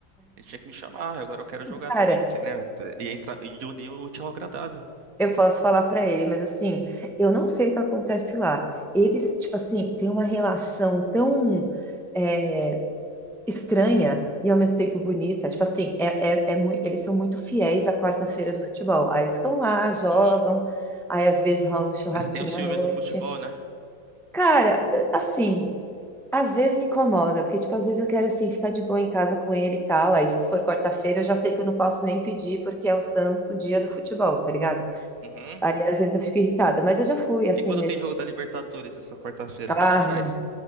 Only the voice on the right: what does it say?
Ele tinha que me chamar, "Ah, agora eu quero jogar
também, porque, né, ia, entrar, ia unir o tchau agradável.
Uhum.
Aí você tem os ciúmes
do futebol, né?
Uhum.
E quando
tem jogo da Libertadores essa quarta-feira,
o que que faz?